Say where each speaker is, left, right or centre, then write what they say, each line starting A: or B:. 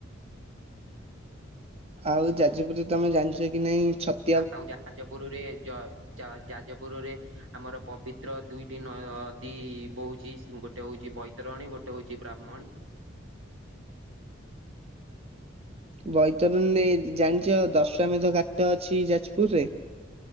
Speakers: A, on the right; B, on the right.
A: ଆଉ ଯାଜପୁରେ ତମେ ଜାଣିଚ କି ନାଇଁ ଛତ
B: ଆଉ ଯାଜପୁରରେ ଜ ଜା ଯାଜପୁରରେ ଆମର ପବିତ୍ର ଦୁଇଟି ନୟଦୀ ବୋହୁଛି ଗୋଟେ ହଉଛି ବୈତରଣୀ ଗୋଟେ ହଉଛି ବ୍ରାହ୍ମଣୀ।
A: ବୈତରଣୀରେ ଜାଣିଚ ଦଶ୍ଵାମେଧ ଘାଟ ଅଛି ଯାଜପୁର ରେ?